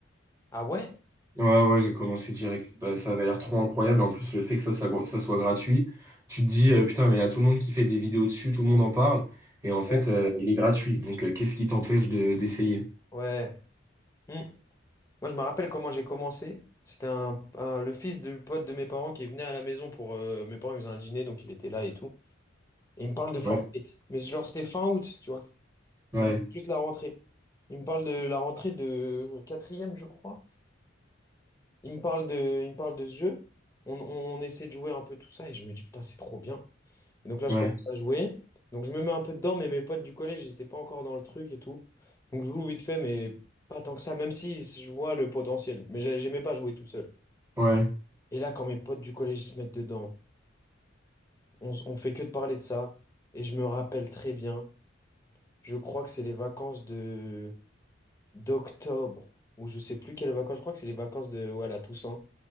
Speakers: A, on the left; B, on the right.
A: Ah ouais?
B: Ouais, ouais, j'ai commencé direct. Bah, ça avait l'air trop incroyable. En plus, le fait que ça, ça, ça soit gratuit, tu te dis, euh, putain, mais il y a tout le monde qui fait des vidéos dessus, tout le monde en parle. Et en fait,
A: Ouais.
B: euh, il est gratuit. Donc, euh, qu'est-ce qui t'empêche de, d'essayer?
A: Ouais. Hmm. Moi, je me rappelle comment j'ai commencé. C'était un, un- le fils du pote de mes parents qui venait à la maison pour... euh, mes parents, ils faisaient un dîner, donc il était là et tout. Et il me parle de Fortnite.
B: Ouais,
A: Mais genre, c'était fin août, tu vois.
B: ouais,
A: Dès- Juste la rentrée. Il me parle de la rentrée de quatrième, je crois. Il me parle de, il me parle de ce jeu. On, on, on essaie de jouer un peu tout ça et je me dis, putain, c'est trop bien. Et donc là,
B: ouais,
A: je commence à jouer. Donc je me mets un peu dedans, mais mes potes du collège, ils n'étaient pas encore dans le truc et tout. Donc je joue vite fait, mais pas tant que ça, même si je vois le potentiel. Mais j'ai- j'aimais pas jouer tout seul.
B: ouais,
A: Et là, quand mes potes du collège ils se mettent dedans, on, s- on fait que de parler de ça. Et je me rappelle très bien, je crois que c'est les vacances de d'octobre, ou je sais plus quelles vacances, je crois que c'est les vacances de ouais, la Toussaint,